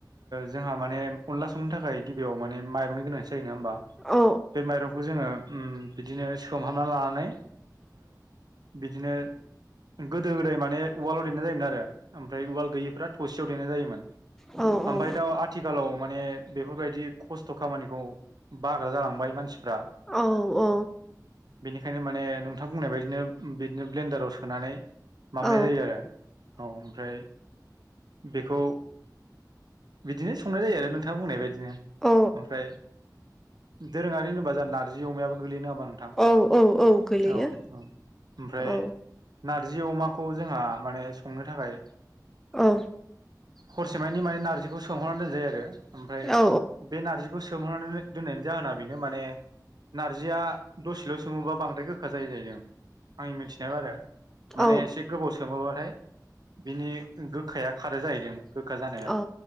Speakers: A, on the right; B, in the centre.
A: जोंहा माने अनला संनो थाखाय गिबियाव माने माइरंनि गोनांथि जायो नङा होमबा
B: औ
A: बे माइरंखौ जोङो बिदिनो सोमहाबना लानानै बिदिनो। गोदो गोदाय माने उवालाव देनाय जायोमोन आरो ओमफ्राय उवाल गैयिफ थबसियाव देनाय जायोमोन
B: औ
A: ओमफ्राय
B: औ
A: दा आथिखालाव माने बेफोरबायदि खस्थ' खामानिखौ बाग्रा जालांबाय मानसि फ्रा
B: औ औ
A: बेनिखायनो माने नोंथां बुंनाय बायदिनो बिदिनो ब्लेन्डाराव सोनानै माबानाय
B: औ
A: जायो आरो औ ओमफ्राय बेखौ बिदिनो संनाय जायो आरो नोंथाङा बुंनाय बायदि बिदिनो
B: औ
A: ओमफ्राय दोरोङारि होनोबा जों नारजि अमायाबो गोलै नडा होनबा ओ नोंथां
B: औ औ औ गोलैयो
A: औ औ ओमफ्राय
B: औ
A: नारजि अमाखौ जोंहा माने संनो थाखाय
B: औ
A: हरसेमानि माने नारजिखौ सोमहरनानै दोनजायो आरो ओमफ्राय
B: औ
A: बे नारजिखौ सोमहरनानै दोननायनि जाहोना बेनो माने नार्जिया दसेल' सोङोबा बांद्राय गोखा जायो जाहै आंनि मिथिनायाव आरो माने
B: औ
A: एसे गोबाव सोमोबाथाय बिनि गोखाया खारै जाहैदों गोखा जानाया
B: औ